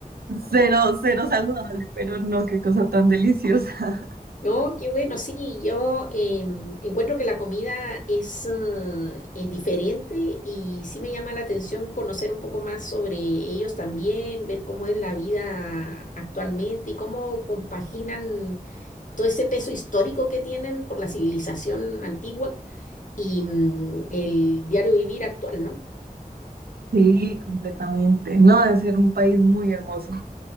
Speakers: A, on the right (about 80°); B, on the left (about 55°).
A: cero, cero saludable, pero no, qué cosa tan deliciosa.
B: No, qué bueno, sí, yo em, encuentro que la comida es eh, eh, diferente y sí me llama la atención conocer un poco más sobre ellos también, ver cómo es la vida actualmente y cómo compaginan todo ese peso histórico que tienen por la civilización antigua y mm, el diario vivir actual, ¿no?
A: Sí, completamente. No, debe ser un país muy hermoso.